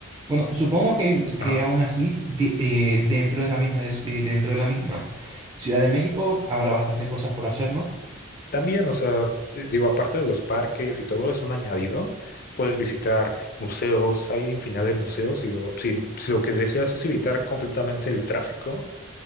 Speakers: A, on the right; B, on the left.
A: bueno, supongo que, que
B: ajá.
A: aún así, de- eh, dentro de la misma, des- eh, dentro de la misma Ciudad de México habrá bastante cosas por hacer, ¿no?
B: También, o sea, di- digo, aparte de los parques y todo, es un añadido. Puedes visitar museos, hay infinidad de museos. Digo, si, si lo que deseas es evitar completamente el tráfico,